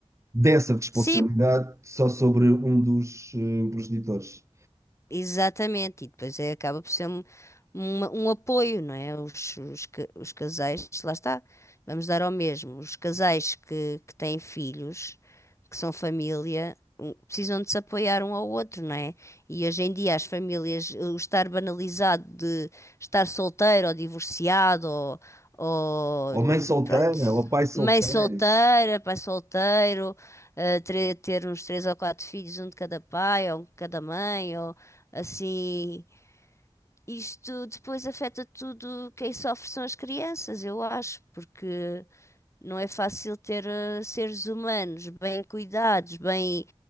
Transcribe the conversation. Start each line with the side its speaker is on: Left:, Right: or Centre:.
Right: dessa responsabilidade
Left: Sim,
Right: só sobre um dos eh, progenitores.
Left: Exatamente, e depois é, acaba por ser um, uma- um apoio, não é? Os, os, ca- os casais, lá está, vamos dar ao mesmo. Os casais que, que têm filhos, que são família, um- precisam de se apoiar um ao outro, não é? E hoje em dia as famílias, eh, o estar banalizado de estar solteiro ou divorciado ou, ou
Right: Ou mãe
Left: hum,
Right: solteira,
Left: pronto,
Right: ou pai solteiro,
Left: mãe solteira,
Right: isso.
Left: pai solteiro, eh, tre- ter uns três ou quatro filhos, um de cada pai ou um de cada mãe, ou Assim, isto depois afeta tudo quem sofre são as crianças, eu acho, porque não é fácil ter eh, seres humanos bem cuidados, bem